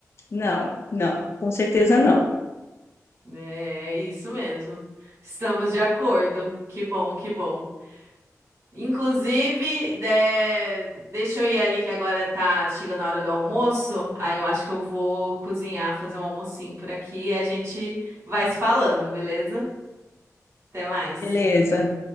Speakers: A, on the left; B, on the right.
A: não, não, com certeza não.
B: É, é isso mesmo. Estamos de acordo. Que bom, que bom. Inclusive, de- deixa eu ir ali que agora tá chegando a hora do almoço. Aí eu acho que eu vou cozinhar, fazer um almocinho por aqui e a gente vai se falando, beleza? Até mais.
A: Beleza.